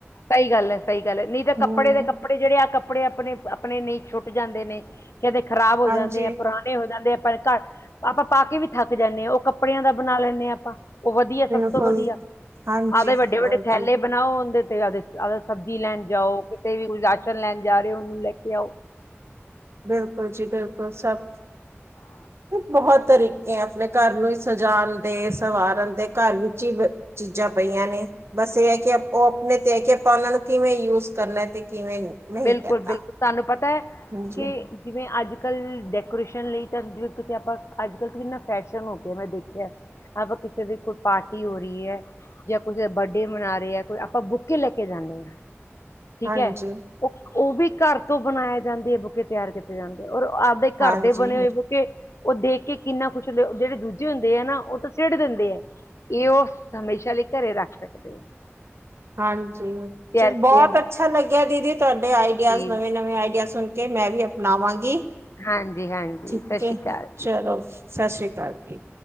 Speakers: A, on the left (about 80°); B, on the right (about 65°).
A: ਸਹੀ ਗੱਲ ਹੈ ਸਹੀ ਗੱਲ ਹੈ ਨਹੀਂ ਤਾਂ ਕੱਪੜੇ
B: ਹੂੰ।
A: ਦੇ ਕੱਪੜੇ ਜੇੜੇ ਆ ਕੱਪੜੇ ਆਪਣੇ-ਆਪਣੇ ਨਈ ਛੁੱਟ ਜਾਂਦੇ ਨੇ ਕੈਦੇ ਖਰਾਬ ਹੋ
B: ਹਾਂਜੀ
A: ਜਾਂਦੇ ਆ ਪੁਰਾਣੇ ਹੋ ਜਾਂਦੇ ਆਪਾਂ ਘ ਆਪਾਂ ਪਾ ਕੇ ਵੀ ਥੱਕ ਜਾਂਦੇ ਹਾਂ ਓ ਕੱਪੜਿਆਂ ਦਾ ਬਣਾ ਲੈਂਣੇ ਆਪਾਂ ਓ ਵਧੀਆ
B: ਬਿਲਕੁਲ
A: ਸਭ ਤੋਂ ਵਧੀਆ
B: ਹਾਂਜੀ
A: ਆਦੇ ਵੱਡੇ-ਵੱਡੇ
B: ਹਾਂਜੀ
A: ਬਣਾਓ ਉਦੇਂ ਤੇ ਆ ਤੇ ਸਬਜ਼ੀ ਲੈਣ ਜਾਓ ਕਿਤੇ ਵੀ ਰਾਸ਼ਨ ਲੈਣ ਜਾ ਰਏ ਓ ਉਹਨੂੰ ਲੈ ਕੇ ਆਓ।
B: ਬਿਲਕੁਲ ਜੀ ਬਿਲਕੁਲ ਸਭ
A: ਹ
B: ਬਹੁਤ ਤਰੀਕੇ ਆ ਆਪਣੇ ਘਰ ਨੂੰ ਈ ਸਜਾਉਣ ਦੇ ਸਵਾਰਨ ਦੇ ਘਰ ਵਿੱਚ ਈ ਅ ਚੀਜ਼ਾਂ ਪਈਆਂ ਨੇ। ਬਸ ਇਹ ਹੈ ਕਿ ਓ ਆਪਣੇ ਤੇ ਹੈ ਕੇ ਆਪਾਂ ਉਹਨਾਂ ਨੂੰ ਕਿਵੇਂ ਯੂਜ ਕਰਨਾ ਤੇ ਕਿਵੇਂ ਨਹੀਂ
A: ਬਿਲਕੁਲ
B: ਕਰਨਾ
A: -ਬਿਲਕੁਲ ਤੁਹਾਨੂੰ ਪਤਾ
B: ਹਾਂਜੀ
A: ਕੀ ਜਿਵੇਂ ਅੱਜ-ਕੱਲ੍ਹ ਡੈਕੋਰੇਸ਼ਨ ਲਈ ਤਾਂ ਜਿਵੇਂ ਕਿ ਆਪਾਂ ਅੱਜ ਕੱਲ੍ਹ ਇੰਨਾ ਫੈਸ਼ਨ ਹੋ ਗਿਆ ਮੈਂ ਦੇਖਿਆ ਅਪ ਕਿਸੇ ਦੀ ਕੋਈ ਪਾਰਟੀ ਹੋ ਰਈ ਐ। ਜਾਂ ਕੁਝ ਦਾ ਬਰਡੇ ਮਨਾ ਰਿਆ ਕੋ ਆਪਾਂ ਬੁੱਕੇ ਲੈ ਕੇ ਜਾਂਣੇ ਆਂ। ਠੀਕ
B: ਹਾਂਜੀ
A: ਹੈ ਓ-ਓ ਵੀ ਘਰ ਤੋਂ ਬਣਾਇਆ ਜਾਂਦੀ ਏ ਬੁੱਕੇ ਤਿਆਰ ਤੇ ਜਾਂਦੇ ਔਰ ਆਪਦੇ
B: ਹਾਂਜੀ
A: ਘਰ ਦੇ ਬਣੇ ਹੋਏ ਬੁਕੇ ਓ ਦੇਖ ਕੇ ਕਿੰਨਾ ਕੁਛ ਜੇ ਜੇੜੇ ਦੂਜੇ ਹੁੰਦੇ ਹੈ ਨਾ ਓ ਤਾਂ ਛਿੱਟ ਦਿੰਦੇ ਆ ਇਹ ਓ ਹਮੇਸ਼ਾ ਲਈ ਘਰੇ ਰੱਖ ਸਕਦੇ ਆਂ।
B: ਹਾਂਜੀ
A: ਕੀਤੀ
B: ਬੋਤ
A: ਜਾਂਦੀ
B: ਅੱਛਾ ਲੱਗਿਆ ਦੀਦੀ ਤੁਹਾਡੇ ਆਈਡੀਆ
A: ਜੀ
B: ਨਵੇਂ-ਨਵੇਂ ਆਈਡੀਆ ਸੁਣ ਕਿ ਮੈਂ ਵੀ ਅਪਣਾਵਾਂਗੀ
A: ਹਾਂਜੀ ਹਾਂਜੀ
B: ਠੀਕ
A: ਸਤਿ ਸ਼੍ਰੀ
B: ਹੈ
A: ਅਕਾਲ
B: ਚਲੋ। ਸਤਿ ਸ਼੍ਰੀ ਅਕਾਲ ਫੀ